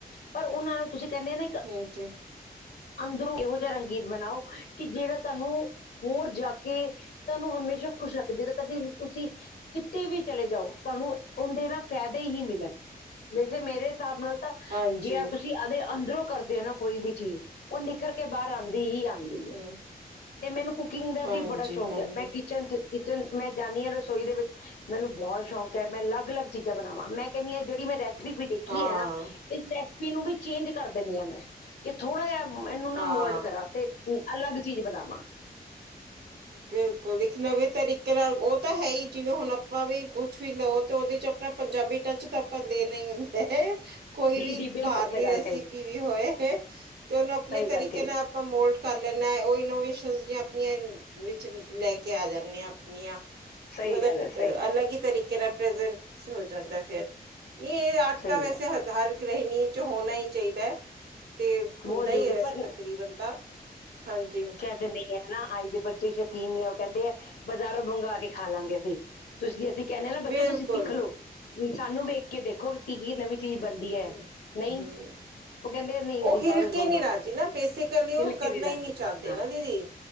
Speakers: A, on the left; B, on the right.
A: ਪਰ ਉਹਨਾਂ ਨੂੰ ਤੁਸੀਂ ਕਹਿੰਦੇ ਨੇ ਇਕ
B: <inaudible>
A: ਅੰਦਰੋਂ ਇਹੋ ਜਿਹਾ ਰੰਗੀਰ ਬਣਾਓ, ਕਿ ਜਿਹੜਾ ਤੁਹਾਨੂੰ ਹੋਰ ਜਾ ਕੇ ਤੁਹਾਨੂੰ ਹਮੇਸ਼ਾ ਖੁਸ਼ ਰੱਖ, ਜਦੋਂ ਕਦੀ ਤੁਸੀਂ। ਕਿਤੇ ਵੀ ਚਲੇ ਜਾਓ, ਤੁਹਾਨੂੰ ਉਹਦੇ ਨਾਲ ਫ਼ਾਇਦੇ ਹੀ ਮਿਲਣਗੇ। ਵੈਸੇ ਮੇਰੇ ਹਿਸਾਬ, ਨਾਲ ਤਾਂ
B: ਹਾਂਜੀ
A: ਜੇ ਤੁਸੀਂ ਆਦੇ ਅੰਦਰੋਂ ਕਰਦੇ ਔ ਨਾ ਕੋਈ ਵੀ ਚੀਜ਼। ਉਹ ਨਿਖਰ ਕੇ ਬਾਹਰ ਆਦੀ ਹੀ ਆਦੀ ਐ।
B: ਹਮ
A: ਤੇ ਮੈਨੂੰ ਕੁਕਿੰਗ ਦਾ
B: ਹਾਂਜੀ
A: ਵੀ ਬੜਾ ਸ਼ੌਕ
B: ਹਾਂਜੀ
A: ਐ, ਮੈਂ ਕਿਚਨ-ਕਿਚਨ ਮੈਂ ਜਾਂਦੀ ਆ ਰਸੋਈ ਦੇ ਵਿੱਚ। ਮੈਨੂੰ ਬਹੁਤ ਸ਼ੌਕ ਐ ਮੈਂ ਲੱਗ ਲੱਗ ਚੀਜ਼ਾਂ ਬਣਾਵਾ ਮੈਂ ਕਿੰਨੀ ਆ ਜਿਹੜ ਮੈਂ ਰੈ ਵੀ ਦੇਖੀ
B: ਹਾਂ
A: ਐ ਨਾ, ਇਸ ਰੈਸਪੀ ਨੂੰ ਵੀ ਚੇਂਜ ਕਰ ਦਿੰਨੀ ਆ ਮੈਂ ਕਿ ਥੋੜ੍ਹਾ ਜਿਹਾ ਇਹਨੂੰ ਨਾ
B: ਹਾਂ
A: ਮੋਲਟ ਕਰਾਂ ਤੇ ਅਲੱਗ ਚੀਜ਼ ਬਣਾਵਾਂ,
B: ਬਿਲਕੁਲ ਇੱਕ ਨਵੇਂ ਤਰੀਕੇ ਨਾਲ ਉਹ ਤਾਂ ਹੈ ਈ ਜਿਵੇਂ ਹੁਣ ਆਪਾਂ ਵੀ ਕੁਛ ਵੀ ਲਓ ਤੇ ਉਹਦੇ ਚ, ਆਪਣਾ ਪੰਜਾਬੀ ਟੱਚ ਤਾਂ ਆਪਾਂ ਲੈਣਾ ਈ ਹੁੰਦਾ ਐ। ਕੋਈ
A: ਜੀ
B: ਵੀ
A: ਜੀ
B: ਬਾਹਰਲੀ
A: ਬਿਲਕੁਲ ਸਹੀ ਗੱਲ
B: ਰੈਸਪੀ
A: ਕਹੀ
B: ਵੀ ਹੋਏ, ਤੇ ਉਹਨੂੰ ਆਪਣੇ
A: ਸਹੀ
B: ਤਰੀਕੇ
A: ਗੱਲ ਕਹੀ
B: ਨਾਲ ਆਪਾਂ ਮੋਲਟ ਕਰ ਲਣਾ ਉਹ ਇਨੋਵੇਸ਼ਨ ਆਪਣੀਆਂ ਵਿੱਚ ਲੈ ਕੇ ਆ ਜਾਨੇ ਆ।
A: ਸਹੀ
B: ਤੇ ਉਹਦਾ
A: ਗੱਲ ਹੈ ਸਹੀ ਹੈ
B: ਅਲਗ ਈ ਤਰੀਕੇ ਨਾਲ ਪ੍ਰੈਜਟ ਹੋ ਜਾਂਦਾ ਫਿਰ, ਨਈ ਇਹ ਆਰਟ
A: ਸਹੀ
B: ਤਾਂ ਵੈਸੇ
A: ਹੈ
B: ਹਰ ਗ੍ਰਹਿਣੀ ਚ ਹੋਣਾ ਈ ਚਾਹੀਦਾ ਐ। ਤੇ ਹੁੰਦਾ
A: ਬਹੁਤ ਜ਼ਰੂਰੀ
B: ਈ ਐ ਵੈਸੇ
A: ਪਰ
B: ਤਕਰੀਬਨ ਤਾਂ ਹਾਂਜੀ,
A: ਜਿੰਨੇ ਨਾ ਅੱਜ ਦੇ ਬੱਚੇ ਸ਼ੌਕੀਨੀ ਐ ਉਹ ਕਹਿੰਦੇ ਆ ਬਜ਼ਾਰੋਂ ਮੰਗਾ ਕੇ ਖਾ ਲਾਂਗੇ, ਤੁਸੀਂ ਅਸੀਂ ਕਹਿਨੇ ਆ ਨਾ ਬੱਚੋ
B: ਬਿਲਕੁਲ
A: ਤੁਸੀਂ ਸਿੱਖਲਓ ਸਾਨੂੰ ਵੇਖ ਕੇ ਦੇਖੋ ਕੀ ਕੀ ਨਵੀਂ ਚੀਜ਼ ਬਣਦੀ ਐ
B: ਹਮ
A: ਨਹੀਂ ਉਹ ਕਹਿੰਦੇ ਨਹੀਂ, ਅਸੀਂ
B: ਉਹ
A: ਬਾਹਰੋਂ
B: ਹਿਲਕੇ
A: ਮੰਗਵਾਉਣਾ
B: ਨੀ ਰਾਜੀ ਨਾ ਬੇਸਿਕਲੀ ਉਹ
A: ਹਿਲ
B: ਕਰਨਾ
A: ਕੇ ਰਾਜੀ
B: ਈ ਨੀ ਚਾਹੁੰਦੇ
A: ਹਾਂ
B: ਨਾ ਦੀਦੀ,